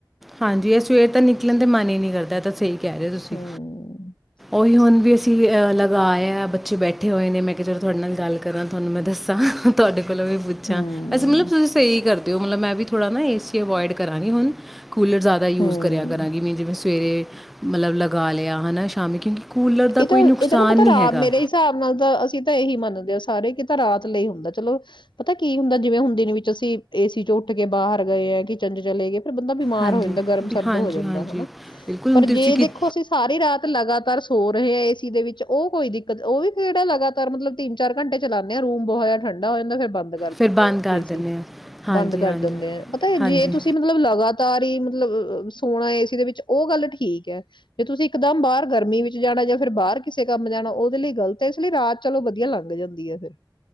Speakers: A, in the centre; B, on the left.
A: ਹਾਂਜੀ ਇਹ ਸਵੇਰ ਤਾਂ ਨਿਕਲਣ ਦੇ ਮਨ ਈ। ਨਹੀਂ ਕਰਦਾ ਤਾਂ ਸਹੀ। ਕਹਿ ਰਹੇ ਤੁਸੀਂ,
B: ਹਮ
A: ਉਹੀ ਹੁਣ ਵੀ ਅਸੀਂ ਅਹ ਲਗਿਆ। ਬੱਚੇ ਬੈਠੇ ਹੋਏ ਨੇ ਮੈਂ ਕਿਹਾ- ਚਲੋ ਤੁਹਾਡੇ ਨਾਲ ਗੱਲ ਕਰਾਂ। ਤੁਹਾਨੂੰ ਮੈਂ ਦੱਸਾਂ ਤੁਹਾਡੇ ਕੋਲੋਂ ਵੀ ਪੁੱਛਾਂ।
B: ਹਮ
A: ਵੇਸੇ ਮਤਲਬ ਤੁਸੀਂ ਸਹੀ ਕਰਦੇ। ਤੇ ਉਹ ਮਤਲਬ ਮੈਂ ਵੀ ਥੋੜ੍ਹਾ ਨਾ ਏਸੀ ਅਵਾਇਡ ਕਰਾਂਗੀ। ਹੁਣ ਕੂਲਰ ਜ਼ਿਆਦਾ ਯੂਜ਼
B: ਹਮ
A: ਕਰਿਆ ਕਰਾਂਗੀ। ਮੈਂ ਜਿਵੇਂ ਸਵੇਰੇ ਮਤਲਬ ਲਗਾ ਲਿਆ। ਹੈਨਾ ਸ਼ਾਮੀ ਕਿਉਂਕਿ ਕੂਲਰ
B: ਇਹ
A: ਦਾ
B: ਤਾਂ,
A: ਕੋਈ ਨੁਕਸਾਨ
B: ਇਹ ਤਾਂ ਨਾ ਪਤਾ
A: ਨਹੀਂ
B: ਰਾ
A: ਹੈਗਾ
B: ਮੇਰੇ ਹਿਸਾਬ ਨਾਲ ਤਾਂ, ਅਸੀਂ ਤਾਂ ਇਹੀ ਮੰਨਦੇ ਹਾ। ਜਦੋਂ ਸਾਰੇ ਕਿ ਤਾਂ ਰਾਤ ਲਈ ਹੁੰਦਾ। ਚਲੋ, ਪਤਾ ਕੀ ਹੁੰਦਾ ਜਿਵੇਂ ਹੁਣ ਦਿਨ ਵਿੱਚ ਅਸੀਂ ਏਸੀ ਚ ਉੱਠ ਕੇ ਬਾਹਰ ਗਏ ਆ, ਕਿਚਨ ਚ ਚਲੇ ਗਏ। ਫਿਰ ਬੰਦਾ ਬਿਮਾਰ
A: ਹਾਂਜੀ
B: ਹੋ ਜਾਂਦਾ ਗਰਮ ਸਰਦ
A: ਹਾਂਜੀ
B: ਹੋ ਜਾਂਦਾ।
A: ਹਾਂਜੀ
B: ਹਨਾ,
A: ਬਿਲਕੁਲ ਹੁਣ
B: ਪਰ
A: ਤੁਸੀਂ
B: ਜੇ
A: ਕਿ
B: ਦੇਖੋ ਅਸੀਂ ਸਾਰੀ ਰਾਤ ਲਗਾਤਾਰ ਹੋ ਰਹੇ ਆ ਏ ਸੀ ਦੇ ਵਿੱਚ ਉਹ ਕੋਈ ਦਿੱਕਤ ਉਹ ਵੀ ਕਿਹੜਾ ਲਗਾਤਾਰ ਮਤਲਬ ਤਿੰਨ- ਚਾਰ ਘੰਟੇ ਚਲਾਉਂਦੇ ਆ ਰੂਮ ਬਹੁਤ ਜ਼ਿਆਦਾ ਠੰਡਾ ਹੋ ਜਾਂਦਾ। ਫਿਰ ਬੰਦ ਬੰਦ ਕਰ ਦਿੰਦੇ
A: ਫਿਰ ਬੰਦ
B: ਆ।
A: ਕਰ
B: ਏ ਸੀ
A: ਦਿੰਦੇ ਹਾਂ ਹਾਂਜੀ
B: ਬੰਦ ਕਰ
A: ਹਾਂਜੀ
B: ਦਿੰਦੇ ਆ, ਪਤਾ
A: ਹਾਂਜੀ
B: ਜੇ ਤੁਸੀਂ ਮਤਲਬ ਲਗਾਤਾਰ ਹੀ ਮਤਲਬ ਸੋਣਾ ਏ ਸੀ ਦੇ ਵਿੱਚ ਉਹ ਗੱਲ ਠੀਕ ਹੈ। ਜੇ ਤੁਸੀਂ ਇੱਕਦਮ ਬਾਹਰ ਗਰਮੀ ਵਿੱਚ ਵਿੱਚ ਜਾਣਾ ਜਾਂ ਫਿਰ ਬਾਹਰ ਕਿਸੇ ਕੰਮ ਜਾਣਾ ਉਹਦੇ ਲਈ ਗਲਤ ਹੈ। ਇਸ ਲਈ ਰਾਤ ਚਲੋ ਵਧੀਆ ਲੰਘ ਜਾਂਦੀ ਹੈ ਫਿਰ